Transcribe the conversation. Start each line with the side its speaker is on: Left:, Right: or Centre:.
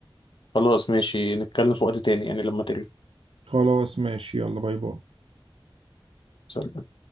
Left: خلاص ماشي نتكلم في وقت تاني يعني لما ترجع
Right: خلاص ماشي يلا باي باي
Left: سلام.